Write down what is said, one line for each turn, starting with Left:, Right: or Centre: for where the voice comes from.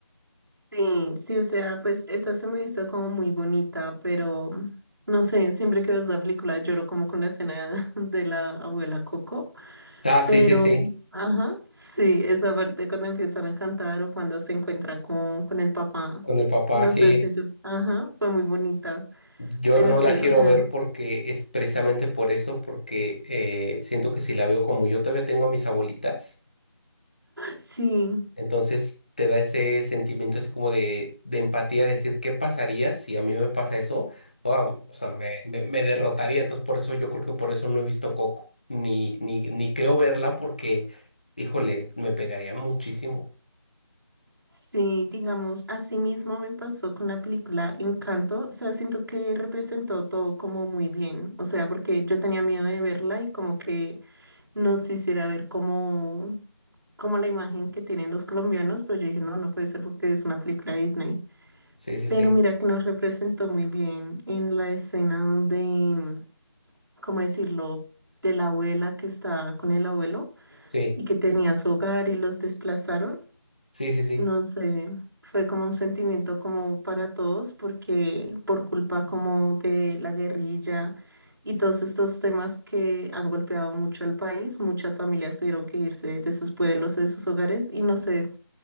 Right: Sí, sí, o sea, pues esa se me hizo como muy bonita, pero mm, no sé, siempre que veo esa película lloro como con la escena <laughs> de la abuela Coco,
Left: Ah, sí,
Right: pero,
Left: sí, sí,
Right: ajá, sí, esa parte cuando empiezan a cantar o cuando se encuentra con, con el papá,
Left: con el papá,
Right: no
Left: sí.
Right: sé, siento, ajá, fue muy bonita,
Left: Yo
Right: pero
Left: no
Right: sí,
Left: la quiero
Right: o sea,
Left: ver porque es precisamente por eso, porque eh, siento que si la veo como yo todavía tengo a mis abuelitas.
Right: sí,
Left: Entonces te da ese sentimiento así como de, de empatía, de decir, ¿qué pasaría si a mí me pasa eso? Ah, o sea, me, me- me derrotaría. Entonces por eso yo creo que por eso no he visto Coco, ni, ni, ni creo verla porque, híjole, me pegaría muchísimo.
Right: Sí, digamos, así mismo me pasó con la película Encanto, o sea, siento que representó todo como muy bien, o sea, porque yo tenía miedo de verla y como que no se hiciera ver como, como la imagen que tienen los colombianos, pero yo dije, no, no puede ser porque es una película de Disney.
Left: Sí, sí,
Right: Pero
Left: sí,
Right: mira que nos representó muy bien en la escena donde, ¿cómo decirlo?, de la abuela que está con el abuelo
Left: sí,
Right: y que tenía su hogar y los desplazaron.
Left: sí, sí, sí.
Right: No sé, fue como un sentimiento como para todos, porque por culpa como de la guerrilla y todos estos temas que han golpeado mucho al país, muchas familias tuvieron que irse de sus pueblos, de sus hogares, y no sé,